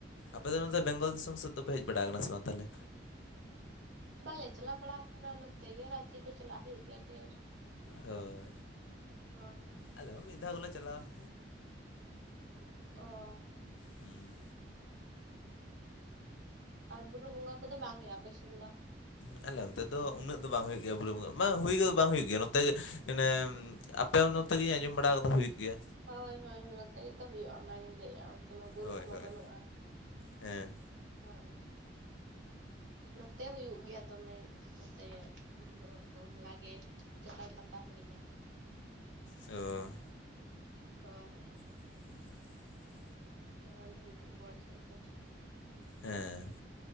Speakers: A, on the left (about 80°); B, on the right (about 85°).
A: ᱟᱯᱮ ᱫᱚ ᱱᱚᱛᱮ ᱵᱮᱝᱜᱚᱞ ᱫᱤᱥᱚᱢ ᱥᱮᱫ ᱫᱚᱯᱮ ᱦᱮᱡ ᱵᱟᱲᱟᱣ ᱠᱟᱱᱟ ᱥᱮ ᱵᱟᱝ ᱛᱟᱦᱚᱸᱞᱮ?
B: ᱵᱟᱞᱮ ᱪᱟᱞᱟᱣ ᱵᱟᱲᱟᱣ ᱠᱟᱱᱟ᱾ ᱱᱚᱛᱮ ᱜᱮ ᱨᱟᱪᱤ᱾ ᱠᱚ ᱪᱟᱞᱟᱜ ᱦᱩᱭᱩᱜ ᱜᱮᱭᱟ ᱰᱷᱮᱨ᱾
A: ᱦᱳᱭ
B: ᱦᱳᱭ
A: ᱟᱞᱮ ᱦᱚᱸ ᱢᱤᱫ ᱫᱷᱟᱣ ᱫᱚᱞᱮ ᱪᱟᱞᱟᱜ-ᱟ᱾
B: ᱚᱻ᱾
A: ᱦᱩᱸ᱾
B: ᱟᱨ ᱵᱩᱨᱩ ᱵᱚᱸᱜᱟ ᱠᱚᱫᱚ ᱵᱟᱝ ᱦᱩᱭᱩᱜ-ᱟ ᱟᱯᱮᱥᱮᱱ ᱫᱚ?
A: ᱟᱞᱮ ᱚᱱᱛᱮ ᱫᱚ ᱩᱱᱟᱹᱜ ᱫᱚ ᱵᱟᱝ ᱦᱩᱭᱩᱜ ᱜᱮᱭᱟ ᱵᱩᱨᱩ ᱵᱚᱸᱜᱟ, ᱵᱟᱝ ᱦᱩᱭ ᱠᱚᱫᱚ ᱵᱟᱝ ᱦᱩᱭᱩᱜ ᱜᱮᱭᱟ ᱱᱚᱛᱮ ᱜᱮ᱾ ᱮᱱᱮ ᱟᱯᱮ ᱚ ᱱᱚᱛᱮᱜᱤᱧ ᱟᱸᱡᱚᱢ ᱵᱟᱲᱟᱣ ᱠᱟᱫᱟ ᱦᱩᱭᱩᱜ ᱜᱮᱭᱟ᱾
B: ᱦᱳᱭ ᱦᱳᱭ ᱱᱚᱛᱮ ᱜᱮᱛᱚ ᱦᱩᱭᱩᱜ-ᱟ ᱚᱱᱟᱜᱤᱧ ᱞᱟᱹᱭ-ᱟ᱾ ᱛᱮᱢᱟ ᱵᱩᱨᱩ
A: ᱦᱳᱭ
B: ᱠᱚᱢᱟ
A: ᱦᱳᱭ
B: ᱵᱟᱹᱱᱩᱜ-ᱟ᱾
A: ᱦᱮᱸ
B: ᱦᱳᱭ ᱱᱚᱛᱮ ᱦᱩᱭᱩᱜ ᱜᱮᱭᱟ ᱫᱚᱢᱮ, ᱱᱚᱛᱮ ᱵᱩᱨᱩ ᱵᱚᱸᱜᱟ ᱠᱚ ᱦᱚᱞᱟ ᱜᱮ ᱪᱟᱛᱟᱞ ᱯᱟᱛᱟ ᱦᱩᱭᱱᱟ᱾
A: ᱥᱚᱻ᱾
B: ᱦᱳᱭ᱾
A: <inaudible>
B: ᱚᱱᱟ ᱫᱷᱟᱨᱮ ᱫᱚ ᱵᱟᱨ ᱥᱮᱫ ᱨᱮ
A: ᱦᱮᱸ᱾